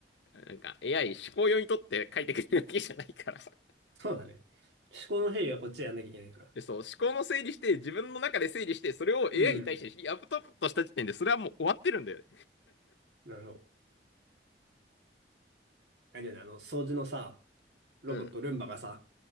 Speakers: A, on the left (about 90°); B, on the right (about 80°).
A: なんか AI 思考用にとって書いてくれるわけじゃないからさ。
B: そうだね。思考の整理はこっちでやんなきゃいけないから。
A: で、そう、思考の整理して、自分の中で整理して、それを
B: うん。
A: AI に対してアップトップとした時点で、それはもう終わってるんだよね。
B: なるほど。あれだよね、あの、掃除のさ、ロボット、
A: うん。
B: ルンバがさ、